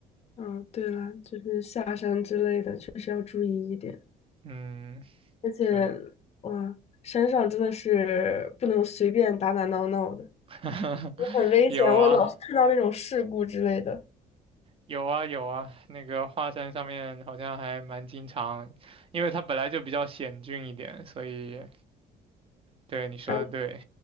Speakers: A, on the left; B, on the right.
A: 嗯，对了，就是下山之类的，确实要注意一点。
B: 嗯，
A: 而且，
B: 对，
A: 哇，山上真的是不能随便打打闹闹的，
B: <laughs>
A: 很危险。
B: 有啊。
A: 我老是看到那种事故之类的。
B: 有啊有啊，那个华山上面好像还蛮经常，因为它本来就比较险峻一点，所以对你说的对。
A: 然后。